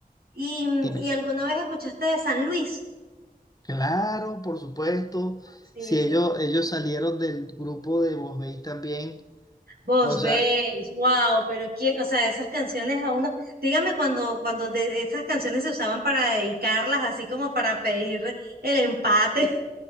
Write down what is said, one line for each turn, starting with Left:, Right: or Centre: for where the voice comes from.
Right: ¿y, mm,
Left: dime,
Right: y alguna vez escuchaste de San Luis?
Left: claro, por supuesto,
Right: Sí,
Left: si
Right: sí.
Left: ellos, ellos salieron del grupo de Voz Veis también,
Right: Vos
Left: o sea,
Right: veis, wow, pero quién, o sea, esas canciones a uno, dígame cuando, cuando de esas canciones se usaban para dedicarlas, así como para pedir el empate.